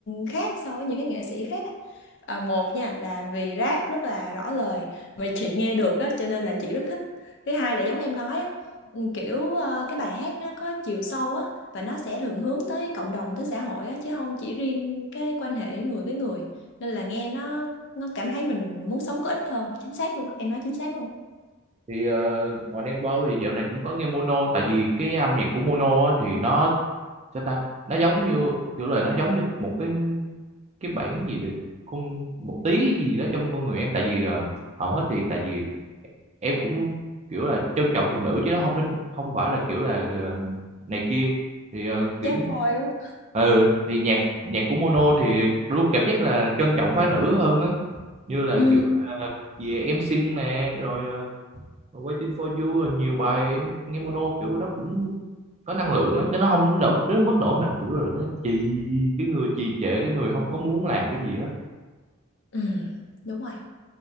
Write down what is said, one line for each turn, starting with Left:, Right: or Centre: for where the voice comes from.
Left: khác so với những cái nghệ sĩ khác á. à, một nha là vì rap rất là rõ lời mà chị nghe được á cho nên là chị rất thích thứ hai là giống em nói á ừ, kiểu ờ, cái bài hát nó có chiều sâu á và nó sẽ thường hướng tới cộng đồng tới xã hội á chứ không chỉ riêng cái quan hệ người với người nên là nghe nó nó cảm thấy mình muốn sống có ích hơn chính xác luôn á. em nói chính xác luôn
Right: thì ờ, ngoài Đen Vâu thì dạo này cũng có nghe Mono tại vì cái âm nhạc của Mono á, thì nó sao ta nó giống như kiểu là nó giống như một cái cái bản gì được con một tí gì đó trong con người em tại vì ờ, hầu hết thì tại vì em cũng kiểu là trân trọng phụ nữ chứ nó không đến không phải là kiểu là ờ, này kia thì ờ, kiểu
Left: chém voi luôn
Right: ừ thì nhạc nhạc của Mono thì luôn cảm giác là trân trọng phái nữ hơn ấy như là
Left: ừ.
Right: kiểu về em xinh nè rồi ờ, Waiting for you rồi nhiều bài em nghe Mono kiểu nó cũng có năng lượng á chứ nó không nổi đến mức nổi mà kiểu là nó trì cái người trì trệ cái người không có muốn làm cái gì á
Left: ừ đúng rồi